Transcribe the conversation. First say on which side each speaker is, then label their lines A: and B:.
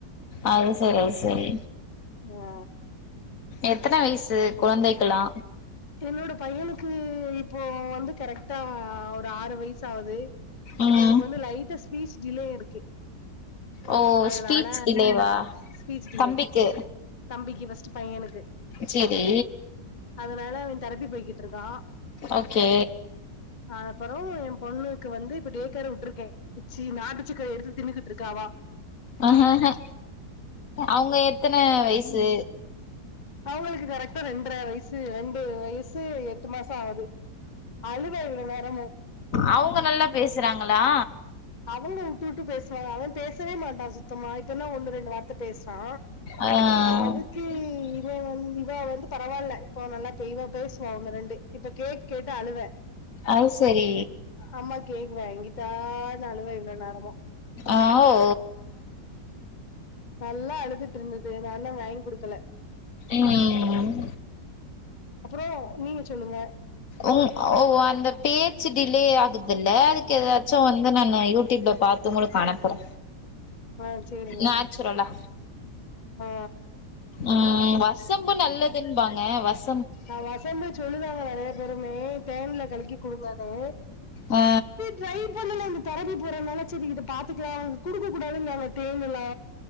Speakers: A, on the left; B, on the left.
A: அது சரி சரி
B: ஆ
A: எத்தன வயசு கொழந்தைக்ல்லா
B: இப்பொன்னோட பையனுக்கு இப்போ வந்து கரெக்டா ஒரு ஆறு வயசு ஆவ்து
A: ம்
B: அவனுக்கு வந்து லைட்டா ஸ்பீச் டிலே இருக்கு
A: ஓ
B: அதனால
A: ஸ்பீச் டிலேவா
B: ஸ்பீச் டிலே
A: தம்பிக்கு
B: தம்பிக்கு ஃபஸ்ட்டு பையனுக்கு
A: செரி
B: அதனால அவ தெரப்பி போய்கிட்ருக்கா
A: ஓகே
B: அப்பறவு எ பொண்ணுக்கு வந்து இப்ப டே கேரே விட்ருக்கே சீ நாட்டு சக்ர எடுத்து தின்னுகிட்டு இருக்கா அவா
A: ஆஹாஹா அவங்க எத்தன வயசு
B: அவங்களுக்கு கரக்டா ரெண்டரை வயசு ரெண்டு வயசு எட்டு மாச ஆது அழுத இவ்ள நேரமும்
A: அவுங்க நல்லா பேசுராங்கலா
B: அவங்க வுட்டு வுட்டு பேசுவாங்க அவ பேசவே மாட்டா சுத்தமா இப்பன்னா ஒண்ணு ரெண் வார்த்த பேசுறா
A: ஆ
B: அவுத்
A: <inaudible>
B: இவன் வந் இவ வந்து பரவால்ல இப்ப நல்லா தெளிவா பேசுவா ஒன்னு ரெண்டு இப்ப கேக் கேட்டு அழுவ
A: அது சரி
B: அம்மா கேக் வாங்கிதானு அழுவ இவ்ளோ நேரமா
A: ஆ ஓ
B: நல்லா அழுதுட்டு இருந்துது நான்தா வாங்கி குடுக்கல
A: ம்
B: அப்றோ நீங்க சொல்லுங்க
A: உ ஓ அந்த பேச்சு டிலே ஆகுதுல்ல அதுக்கு ஏதாச்சு வந்து நானு யூ ட்யூப்ல பாத்து உங்களுக்கு அனுப்புறோ
B: ஆ சேரிங்க
A: நேச்சுரலா
B: ஆ
A: ம் வசம்பு நல்லதும்பாங்க வச
B: ஆ வசம்பு சொல்லுதாங்க நிறைய பேருமே தேன்ல கலக்கி குடுங்கனு
A: ஆ
B: ட்ரை பண்ணல இந்த தெரப்பி போறனால சரி இதை பாத்துக்கலா குடுக்க கூடாதுனாங்க தேனெல்லா